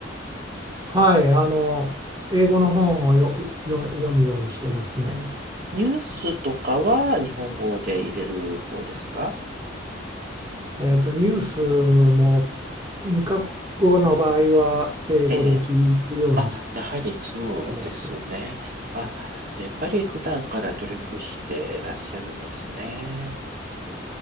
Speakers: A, on the right; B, on the right.
A: はい、あの、英語の本をよ、よ、読むようにしてますね。
B: うん。ニュースとかは日本語で入れる方ですか
A: えっと、ニュースも2カ国語の場合は英語で聞くようにし
B: ええ。あ、やはりそうですね。
A: てます。
B: あ、じゃあやっぱり普段から努力してらっしゃるんですね。